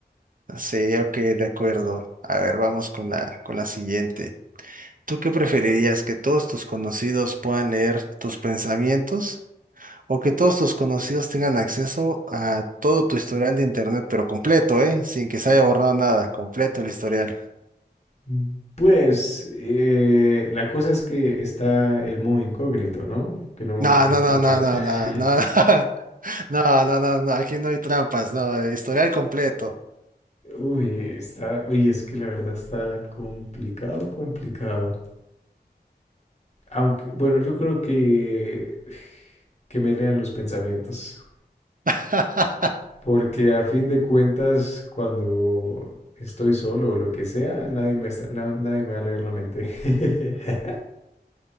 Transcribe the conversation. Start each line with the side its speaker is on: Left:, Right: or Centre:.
Right: sí, ok, de acuerdo. A ver, vamos con la, con la siguiente. ¿Tú qué preferirías? ¿Que todos tus conocidos puedan leer tus pensamientos? ¿O que todos tus conocidos tengan acceso a todo tu historial de internet, pero completo, eh? Sin que se haya borrado nada, completo el historial.
Left: Mm, Pues eh, la cosa es que está el modo incógnito, ¿no? Que no,
Right: No,
Left: que no
Right: no,
Left: te
Right: no,
Left: guarda.
Right: no, no,
Left: <laughs>
Right: no, no. <laughs> No, no, no, no, aquí no hay trampas, no, historial completo.
Left: Uy, está, uy, es que la verdad está complicado, complicado. Aunque, bueno, yo creo que que me lean los pensamientos,
Right: <laughs>
Left: porque a fin de cuentas, cuando estoy solo o lo que sea, nadie me está- na- nadie me va a leer la mente. <laughs>